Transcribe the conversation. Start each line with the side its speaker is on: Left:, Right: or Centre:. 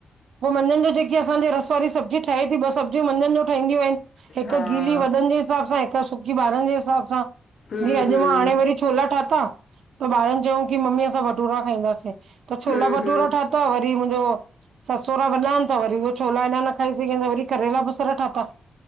Right: पो मझंन जो जेके असांजे रस वारी सब्जी ठहे थी ॿ सब्जियूं मझंन जो ठहंदियूं आहिन। हिक
Left: हा
Right: गीली वॾन जे हिसाब सां हिक सुकी ॿारन जे हिसाब सां।
Left: हूं
Right: जीअ अॼ
Left: हूं
Right: मां हाणे वरी छोला ठाता त ॿारन चयूं की मम्मी असां भटूरा खाईंदासे। त छोला
Left: हूं
Right: भटूरा
Left: हूं
Right: ठाता वरी मुंजो सस सौरा वॾा आहीन ता वरी उहे छोला हेॾा न खाई सघीन त वरी करेला बसर ठाता।